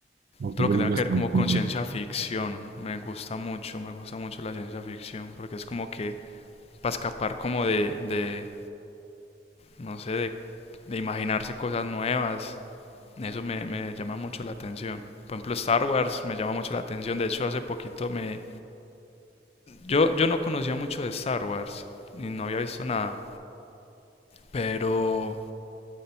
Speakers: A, on the right; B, on the left.
A: ¿O
B: todo
A: qué películas
B: lo que tenga que ver
A: te
B: como
A: gustan?
B: con ciencia
A: ¿De
B: ficción. Me gusta mucho, me gusta mucho la ciencia ficción. Porque es como que para escapar como de, de no sé, de, de imaginarse cosas nuevas. Eso me, me llama mucho la atención. Por ejemplo, Star Wars me llama mucho la atención. De hecho, hace poquito me... Yo, yo no conocía mucho de Star Wars. Y no había visto nada. Pero...